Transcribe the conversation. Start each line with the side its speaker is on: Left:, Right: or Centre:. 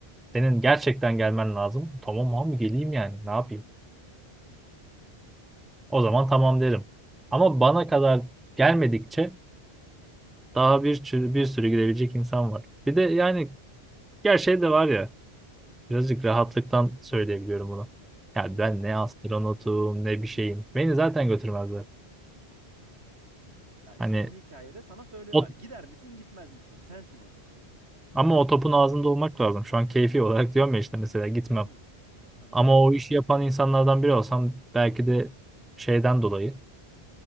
Centre: Senin gerçekten gelmen lazım. Tamam abi geleyim yani ne yapayım. O zaman tamam derim. Ama bana kadar gelmedikçe Daha bir sürü, bir sürü gidebilecek insan var. Bir de yani gerçeği de var ya birazcık rahatlıktan söyleyebiliyorum bunu. Ya ben
Right: Hı.
Centre: ne astronotum ne bir şeyim. Beni zaten götürmezler.
Right: Ya işte
Centre: Hani
Right: bu hikayede sana söylüyorlar.
Centre: o,
Right: Gider misin, gitmez misin? Sensin o kişi.
Centre: ama o topun ağzında olmak lazım. Şu an keyfi olarak diyorum ya işte mesela gitmem.
Right: Hı. Anladım.
Centre: Ama o işi yapan insanlardan biri olsam belki de şeyden dolayı